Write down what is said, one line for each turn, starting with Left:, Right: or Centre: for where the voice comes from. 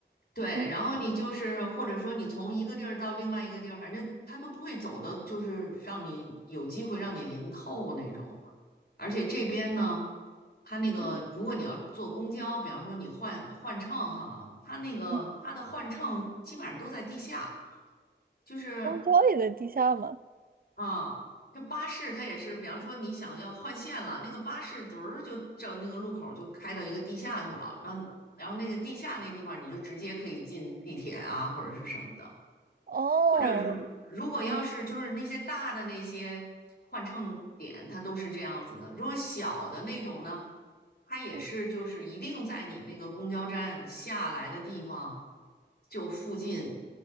Left: 对，
Right: 嗯
Left: 然后你就是或者说你从一个地儿到另外一个地儿，反正他都不会走的，就是让你有机会让你淋透那种。而且这边呢，它那个如果你要坐公交，
Right: 嗯
Left: 比方说你换换乘哈，它那个它的换乘基本上都在地下，
Right: 嗯，
Left: 就是
Right: 公交也在地下吗？
Left: 啊，这巴士它也是，比方说你想要换线了，那个巴士嘚儿就照那个路口就开到一个地下去了，那然后那个地下那地方你就直接可以进地铁啊或者是什么的。
Right: 哦，
Left: 或者如如果要是就是那些大的那些换乘点，
Right: 嗯
Left: 它都是这样子的。如果小的那种呢，它也是就是一定在你那个公交站下来的地方
Right: 嗯
Left: 就附近，